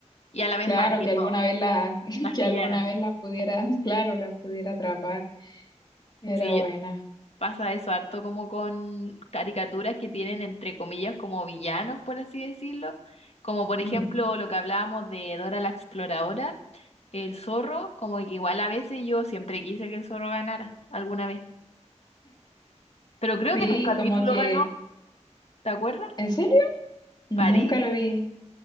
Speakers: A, on the left; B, on the left.
A: y a la vez
B: Claro,
A: mal, que
B: que alguna
A: no
B: vez la, <laughs>
A: las
B: que
A: pillaran.
B: alguna vez la pudiera, <laughs> claro, la pudiera atrapar. Era
A: Sí, yo,
B: buena.
A: Pasa eso harto como con caricaturas que tienen entre comillas como villanos, por así decirlo, como por
B: Mm.
A: ejemplo lo que hablábamos de Dora la Exploradora, el zorro, como que igual a veces yo siempre quise que el zorro ganara alguna vez, pero creo
B: Sí,
A: que en un capítulo
B: como que,
A: ganó, ¿te acuerdas?
B: ¿en serio? Nunca
A: Parece,
B: lo vi.